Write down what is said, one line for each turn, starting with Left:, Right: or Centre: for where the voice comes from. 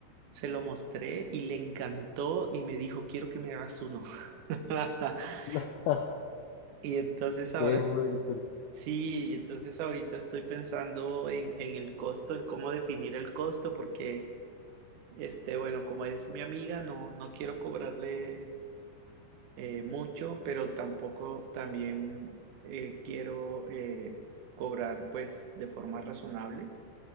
Right: Se lo mostré y le encantó y me dijo, quiero que me hagas uno. <laughs>
Left: <laughs>
Right: Y entonces ahora,
Left: Qué bueno.
Right: sí, y entonces ahorita estoy pensando en, en el costo, en cómo definir el costo, porque, este, bueno, como es mi amiga, no, no quiero cobrarle eh, mucho, pero tampoco también eh, quiero eh, cobrar pues de forma razonable.